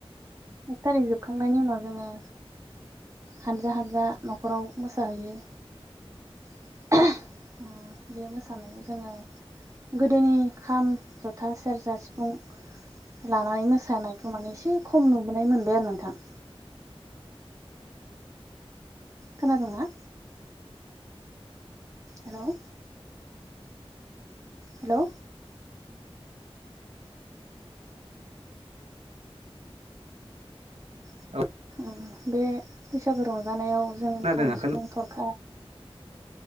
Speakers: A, on the right (about 30°); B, on the right (about 90°).
A: एक थारिख जोबखांनायनि उनाव जोङो हानजा हानजा न'खराव मोसाहैयो। <inaudible> बे मोसानायाव जोङो गोदोनि खाम जथा सेरजा सिफुं लानानै मोसानायखौ माने एसे खम नुोनाय मोनबाय आरो नोंथां। खोनादोंंना? <inaudible> हेल' हेलौ।
B: औ
A: <inaudible> बे बैसागु रंजानायाव जों
B: खोनादों
A: खाम सिफुं
B: खोना
A: दरखार